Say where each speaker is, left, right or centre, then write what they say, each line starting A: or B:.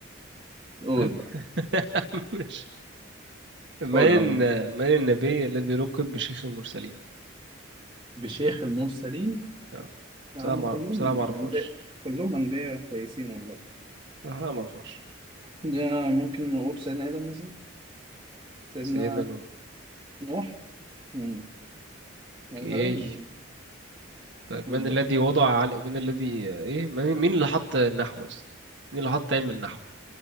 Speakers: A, on the right; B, on the right.
A: قول
B: <laughs>
A: بقى
B: مش من
A: قول
B: الن-
A: أو
B: من النبي الذي لقب بشيخ المرسلين
A: بشيخ المرسلين
B: آه.
A: هم
B: بصراحه ما
A: كلهم
B: بصراحه ما اعرفهاش
A: انبياء كلهم انبياء كويسين والله
B: بصراحه ما اعرفهاش
A: يا ممكن نقول سيدنا ادم مثلا سيدنا
B: سيدنا نوح
A: نوح امم
B: اوكي
A: غالبا
B: طيب
A: قول
B: من
A: بقى
B: الذي وضع على من الذي ايه من- مين اللي حط النحو بس مين اللي حط علم النحو